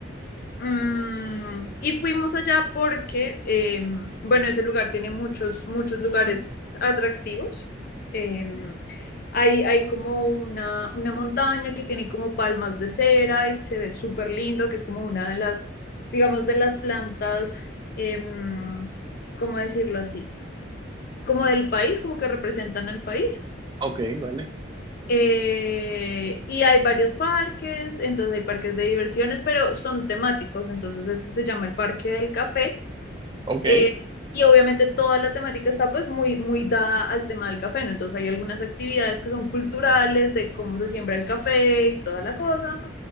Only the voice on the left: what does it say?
Mm, y fuimos allá porque, em, bueno, ese lugar tiene muchos, muchos lugares atractivos. Em, hay, hay como una, una montaña que tiene como palmas de cera y se ve súper lindo, que es como una de las, digamos, de las plantas, em, ¿cómo decirlo así? Como del país, como que representan al país.
Eh, y hay varios parques, entonces hay parques de diversiones, pero son temáticos, entonces este se llama el Parque del Café
eh, y obviamente toda la temática está pues muy, muy dada al tema del café, ¿no? Entonces hay algunas actividades que son culturales de cómo se siembra el café y toda la cosa.